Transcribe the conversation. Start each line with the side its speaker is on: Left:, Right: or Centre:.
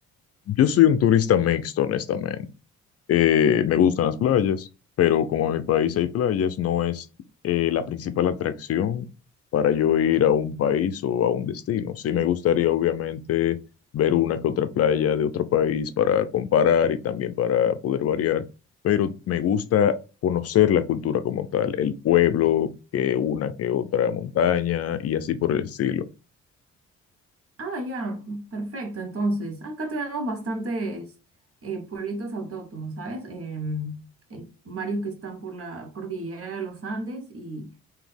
Left: Yo soy un turista mixto, honestamente. Eh, me gustan las playas, pero como en mi país hay playas, no es eh, la principal atracción para yo ir a un país o a un destino. Sí me gustaría, obviamente, ver una que otra playa de otro país para comparar y también para poder variar, pero me gusta conocer la cultura como tal, el pueblo, que una que otra montaña y así por el estilo.
Right: Ah, ya, perfecto. Entonces, acá tenemos bastantes eh, pueblitos autóctonos, ¿sabes? Em, eh, varios que están por la cordillera de los Andes y